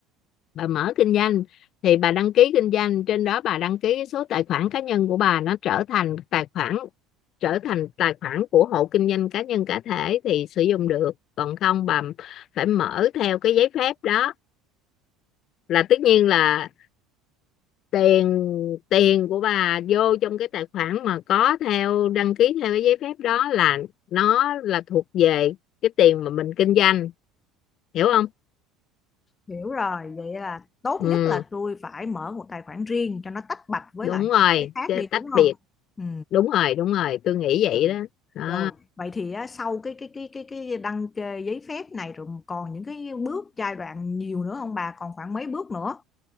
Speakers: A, on the left (about 45°); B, on the left (about 20°).
A: bà mở kinh doanh thì bà đăng ký kinh doanh trên đó bà đăng ký số tài khoản cá nhân của bà nó trở thành tài khoản trở thành tài khoản của hộ kinh doanh cá nhân cá thể thì sử dụng được còn không bà phải mở theo cái giấy phép đó là tất nhiên là tiền tiền của bà vô trong cái tài khoản mà có theo đăng ký theo cái giấy phép đó là nó là thuộc về cái tiền mà mình kinh doanh hiểu không
B: Hiểu rồi, vậy là tốt
A: ừ
B: nhất là tôi phải mở một tài khoản riêng cho nó tách bạch với
A: đúng
B: lại
A: rồi
B: những cái khác đi
A: tách
B: đúng không?
A: biệt
B: Ừ.
A: đúng rồi đúng rồi tôi nghĩ vậy
B: ừ.
A: đó đó
B: Rồi, vậy thì á, sau cái cái cái cái cái đăng kê giấy phép này rồi còn những cái bước giai đoạn nhiều nữa không bà? Còn khoảng mấy bước nữa?